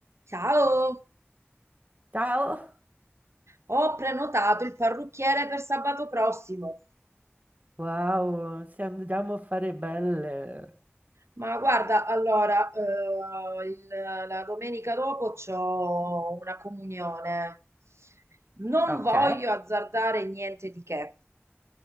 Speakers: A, on the right; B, on the right.
A: Ciao,
B: Ciao!
A: ho prenotato il parrucchiere per sabato prossimo,
B: Wow, se andiamo a fare belle.
A: ma guarda, allora, eh, il- la domenica dopo c'ho una comunione. Non
B: Ok.
A: voglio azzardare niente di che,